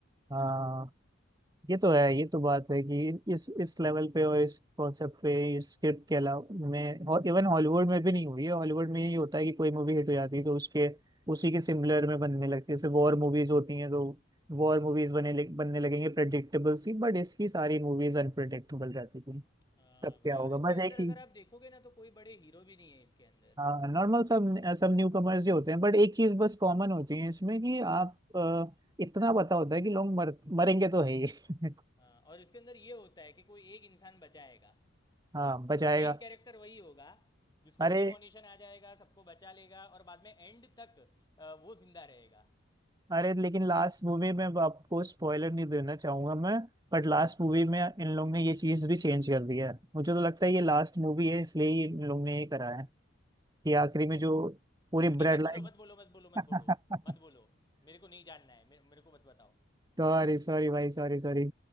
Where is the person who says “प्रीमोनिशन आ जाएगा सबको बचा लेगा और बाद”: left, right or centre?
Left